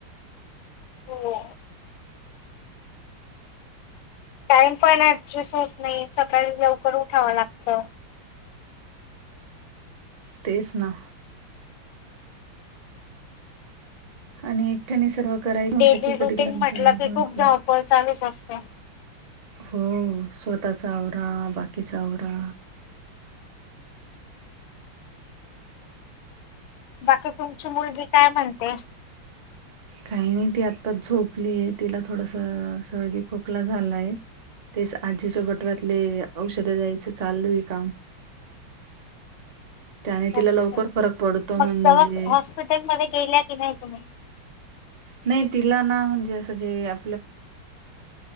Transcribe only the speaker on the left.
हो टाइम पण जस होत नाही सकाळी लवकर उठाव लागत
डेली
रुटीन
म्हटलं की खूप धावपळ
चालूच असते
बाकी तुमची मुलगी काय म्हणते
अच्छा
मग
जव हॉस्पिटलमध्येध्ये गेल्या की नाही तुम्ही